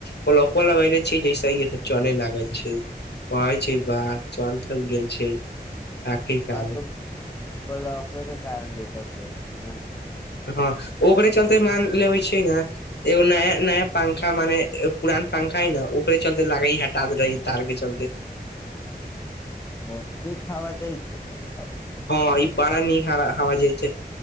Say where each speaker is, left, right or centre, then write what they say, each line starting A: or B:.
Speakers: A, on the left; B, on the left.
A: प्लगो लगेनेे छै जैसे हे त चले लागल छै कहे छै वाह चल चल गेल छै। आखिरकार
B: हँ त। तहि के कारण दिकत होइ छै ने।
A: हां ओकरे चलते मान लेबइ छै ने एगो नया नया पंखा मने पुरान पंखा हइ ने ओकरे चलते लागै हटा द रहै तार के चलते।
B: ओ न खाावा दै छै प। <unintelligible>
A: हां इ बड़ा नीक हवा जाइ छै